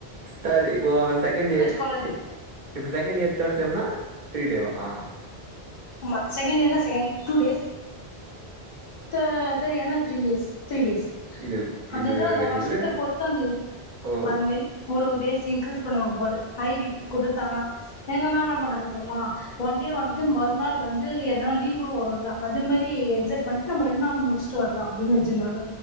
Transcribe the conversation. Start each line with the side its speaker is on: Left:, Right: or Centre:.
Right: தேர்ட் இப்போ செகண்ட் இய
Left: கோளாறு
Right: இப்போ இப்போ செகண்ட் இயர் தேர்ட் செம்னா த்ரீ டேவா ஆ
Left: ஆம்மா செகண்ட் இயர்னா சேம் டூ டேஸ் த தெர்ட் இயர்னா த்ரீ டேஸ் த்ரி டேஸ்
Right: இது
Left: அததா
Right: இது
Left: அந்த வருஷத்த
Right: இதுவே
Left: பொருத்து அந்த
Right: ஓ
Left: அது மாரி ஒரு ஒரு டேஸ் இன்கிரீஸ் பண்ணுவாங்க போல ஐ விக்கு குடுத்தடுத்தாங்கனா எங்க மேம் என்னா பண்ணாங்க தெரியுமா ஒன் டே வாங்கிட்டு மறுநாள் வந்து எதனா லீவு வரும்ல அது மாரி எக்ஸக்ட் பண்ட்டு நம்ப ரெண்ட் நாள்ள முடிஸ்ட்டு வரலா அப்டின்னு வெச்சிருந்தாங்க